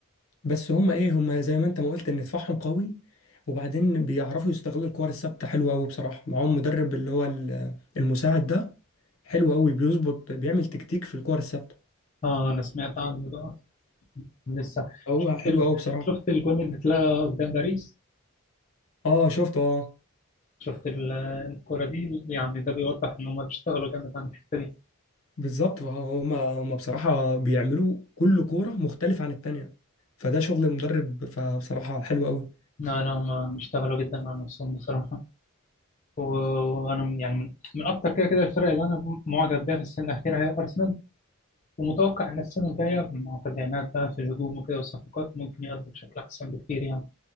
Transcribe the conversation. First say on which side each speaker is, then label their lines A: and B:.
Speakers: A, on the left; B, on the left.
A: بس هم ايه هم زي ما انت ما قلت ان دفاعهم قوي وبعدين بيعرفوا يستغلوا الكور الثابته حلوه قوي بصراحه معاهم مدرب اللي هو ال- المساعد ده حلو قوي بيظبط بيعمل تكتيك في الكور الثابته
B: آه أنا سمعت عنه ده لسه
A: هو
B: شفت
A: حلو
B: ال...
A: قوي بصراحه
B: شفت الجون اللي اتلغى قدام باريس
A: اه شفته اه
B: شفت ال- الكرة دي يعني ده بيوضح ان هم بيشتغلوا جامد على الحتة دي
A: بالظبط هم هم بصراحه بيعملوا كل كوره مختلفه عن التانيه فده شغل المدرب فبصراحه حلو قوي
B: لا لا هم بيشتغلوا جدا على نفسهم بصراحة و- وانا من- يعني من, من اكتر كده كده الفرق اللي انا معجب بيها في السنة الأخيرة هي ارسنال ومتوقع ان السنة الجاية مع تدعيمات بقى في الهجوم وكده والصفقات ممكن يقضوا بشكل احسن بكتير يعني